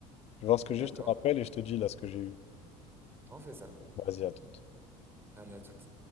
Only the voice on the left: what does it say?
Je vais voir ce que
j'ai, je te rappelle et je te dis là ce que j'ai eu.
Vas-y, à tout.